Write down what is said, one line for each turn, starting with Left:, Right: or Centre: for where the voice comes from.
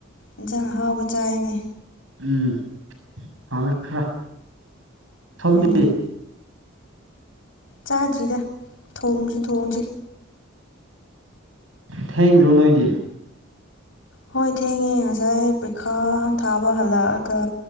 Left: ꯏꯟꯁꯥꯡ ꯑꯍꯥꯎꯕ ꯆꯥꯏꯌꯦꯅꯦ
Right: ꯎꯝ ꯍꯥꯎꯑꯦ ꯈꯔ ꯁꯣꯝꯗꯤ
Left: ꯎꯝ ꯆꯥꯗ꯭ꯔꯤꯗ ꯊꯣꯡꯁꯨ ꯊꯣꯡꯗ꯭ꯔꯤ
Right: ꯊꯦꯡꯗ꯭ꯔꯣ ꯅꯣꯏꯗꯤ
Left: ꯍꯣꯏ ꯊꯦꯡꯉꯦ ꯉꯁꯥꯏ ꯄ꯭ꯔꯤꯈꯥ ꯊꯥꯕ ꯍꯜꯂꯛꯑꯒ